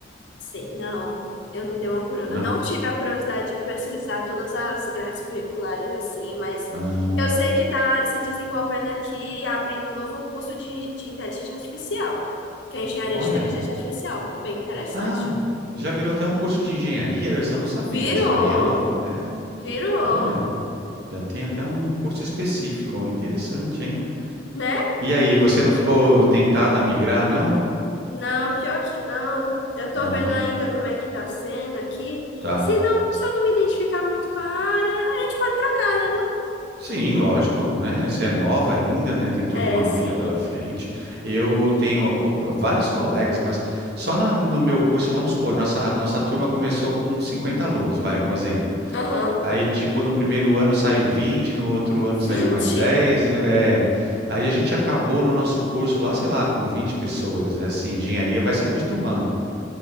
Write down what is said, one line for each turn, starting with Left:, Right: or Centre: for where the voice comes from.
Left: Sei, não. Eu não dei uma, curio-
Right: Não.
Left: eu não tive a curiosidade de pesquisar todas as grades curriculares assim, mas
Right: Ah,
Left: eu sei que está se desenvolvendo aqui e abrindo um novo curso de, de inteligência artificial, que é engenharia
Right: olha.
Left: de inteligência artificial. Bem interessante.
Right: Ah, já virou até um curso de engenharia, eu essa eu não sabia.
Left: Virou,
Right: Essa para mim é nova. É,
Left: virou,
Right: olha, já tem até um curso específico, interessante, hein?
Left: né?
Right: E aí, você não ficou tentada a migrar, não?
Left: Não, pior que não. Eu tô
Right: Não,
Left: vendo
Right: né?
Left: ainda como é que tá sendo aqui.
Right: Tá.
Left: Se não, se eu não me identificar muito com a área, a gente pode trocar, né, não?
Right: Sim, lógico, né? Você é nova ainda, né? Tem toda
Left: É,
Right: uma
Left: sim.
Right: vida pela frente. Eu tenho algu- vários colegas, mas só na- no meu curso, vamos supor, nossa, nossa turma começou com 50 alunos, vai, um exemplo.
Left: Aham.
Right: Aí, tipo, no primeiro ano saiu vinte no outro ano saiu
Left: vinte
Right: mais dez é... Aí a gente acabou no nosso curso lá, sei lá, com 20 pessoas. É assim, engenharia vai se acostumando.